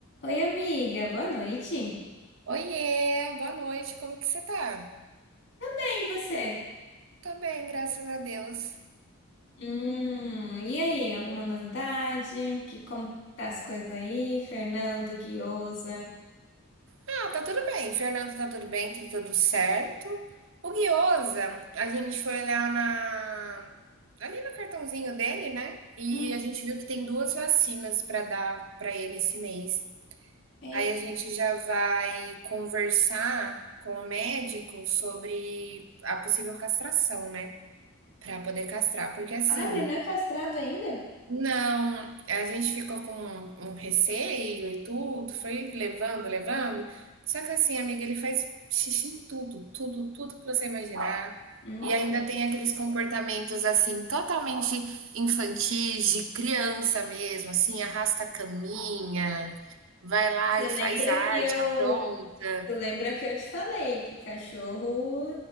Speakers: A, on the left; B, on the right.
A: Oi, amiga, boa noite.
B: Oiê, boa noite, como que você tá?
A: E você?
B: Tô bem, graças a Deus.
A: Hum, e aí, alguma novidade? Que, como tá as coisas aí? Fernando, Guiosa.
B: Ah, tá tudo bem, Fernando tá tudo bem, tá tudo certo. O Guiosa, a gente foi olhar na... ali no cartãozinho dele, né? E
A: Hum,
B: a gente viu que tem duas vacinas pra dar pra ele esse mês.
A: ei.
B: Aí a gente já vai conversar com o médico sobre a possível castração, né? Pra poder castrar, porque assim.
A: Ah, ele não é castrado ainda?
B: Não, a gente ficou com um um receio e tudo, foi levando, levando. Só que assim, amiga, ele faz xixi em tudo, tudo, tudo que você imaginar.
A: Hum.
B: E ainda tem aqueles comportamentos assim, totalmente infantis, de criança mesmo, assim, arrasta a caminha, vai lá
A: Você
B: e
A: lembra
B: faz arte,
A: que eu,
B: apronta.
A: tu lembra que eu te falei que cachorro